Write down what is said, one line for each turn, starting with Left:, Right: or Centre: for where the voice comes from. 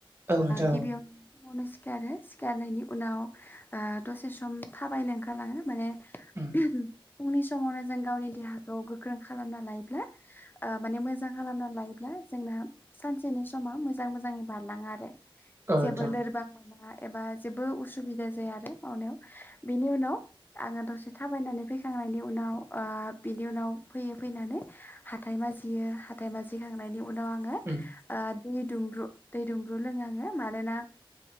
Right: औ नोंथां
Left: गिबियावनो
Right: औ
Left: सिखारो सिखारनायनि उनाव आ दसे सम थाबायनो ओंखारलाङो माने फुंनि
Right: उम
Left: समावनो जों गावनि देहाखौ गोख्रों खालामना लायोब्ला माने मोजां खालामना लायोब्ला जोंना सानसेनि समाव मोजां मोजाङै बारलाङो आरो
Right: औ
Left: जेबो
Right: नोंथां
Left: लोरबां मोना एबा जेबो उसुबिदा जाया आरो मावनायाव बिनि उनाव आङो दसे थाबायनानै फैखाङो उ बिनि उनाव फैै फैनानै हा हाथाय माजियो हाथाइ माजिखांनायनि उनाव आङो
Right: उम
Left: दै दुमब्रु दै दुमब्रु लोङो आङो मानोना।